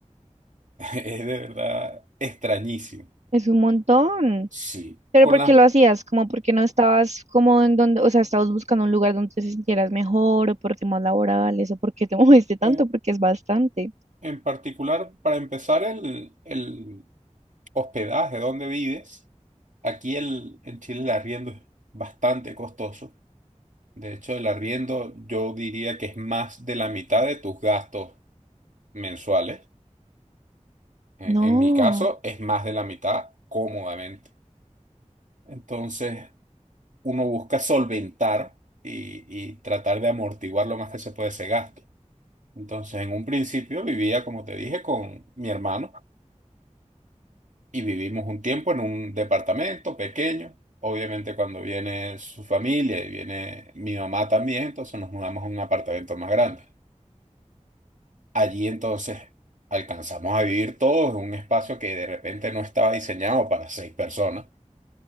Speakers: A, on the right; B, on the right.
A: <laughs> es de verdad extrañísimo.
B: Es un montón.
A: Sí.
B: Pero
A: Con
B: ¿por
A: las,
B: qué lo hacías? Como porque no estabas como en donde, o sea, estabas buscando un lugar donde te sintieras mejor o por temas laborales o porque te <laughs> moviste tanto,
A: en
B: porque es bastante.
A: en particular, para empezar, el, el hospedaje, donde vives. Aquí el, en Chile el arriendo es bastante costoso. De hecho, el arriendo yo diría que es más de la mitad de tus gastos mensuales. En,
B: No,
A: en mi caso, es más de la mitad cómodamente. Entonces, uno busca solventar y, y tratar de amortiguar lo más que se puede ese gasto. Entonces, en un principio vivía, como te dije, con mi hermano. y vivimos un tiempo en un departamento pequeño. Obviamente cuando viene su familia y viene mi mamá también, entonces nos mudamos a un apartamento más grande. Allí entonces alcanzamos a vivir todos en un espacio que de repente no estaba diseñado para seis personas,